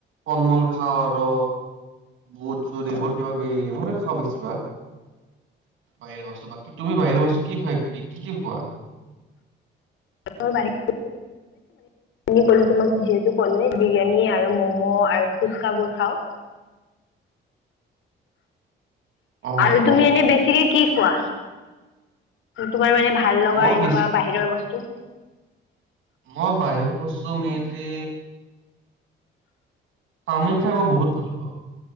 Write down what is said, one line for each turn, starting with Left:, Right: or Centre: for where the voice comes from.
Right: ফল মূল খাওঁ আৰু বুট চুট এইবোৰ কিবা কিবি এইবোৰে খাওঁ বেছিভাগ বাহিৰা বস্তু বাকী তুমি বাহিৰা বস্তু কি খুৱাই কি কি খোৱা?
Left: <unintelligible> তুমি ক'লো তোমাক যিহেতু ক'লোৱে বিৰিয়ানী আৰু ম'ম' আৰু ফুচকা বোৰ খাওঁ।
Right: অ
Left: আৰু তুমি
Right: অ
Left: এনে বেছিকে কি খোৱা? তোমাৰ মানে ভা ভাল লগা
Right: মই
Left: এনেকুৱা
Right: বেছি
Left: বাহিৰৰ বস্তু?
Right: মই বাহিৰা বস্তু মেইনলি চাওমিন খাই মই বহুত ভাল পাওঁ